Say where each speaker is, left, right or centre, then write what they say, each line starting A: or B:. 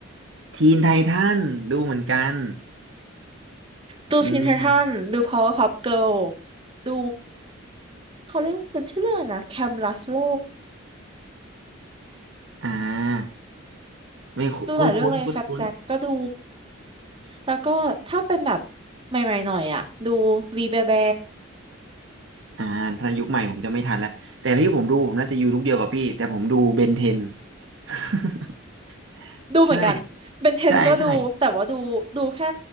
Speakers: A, on the right; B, on the right.
A: ทีนไททันดูเหมือนกัน
B: ดูทีนไททันดู
A: อืม
B: Powerpuff Girl ดูเขาเรียกว่าเป็นชื่อเรื่องอะไรนะแคมลัสโล
A: อ่าไม่คุ้นคุ้นคุ้นคุ้น
B: ดูหลายเรื่องเลยแฟบแจ็คก็ดูแล้วก็ถ้าเป็นแบบใหม่ๆหน่อยอะดูวีแบแบ
A: ๆอ่าถ้ายุคใหม่ผมจะไม่ทันแล้ว แต่ที่ผมดูผมน่าจะอยู่ลูกเดียวกับพี่ แต่ผมดูเบนเทน <laughs>
B: <laughs> ดูเหมือนกันเบนเทนก็ดูแต่ว่าดูดูแค่
A: ใช่ ใช่ใช่